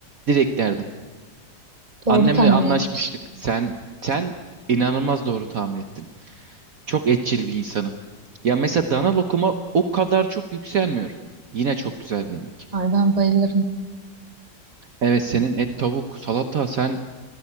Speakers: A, on the right; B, on the right.
A: Direkt derdim.
B: doğru
A: Annemle
B: tahmin
A: anlaşmıştık.
B: etmişim.
A: Sen sen inanılmaz doğru tahmin ettin. Çok etçil bir insanım. Ya mesela dana lokuma o kadar çok yükselmiyorum. Yine çok güzel bir yemek.
B: Ay ben bayılırım.
A: Evet senin et, tavuk, salata sen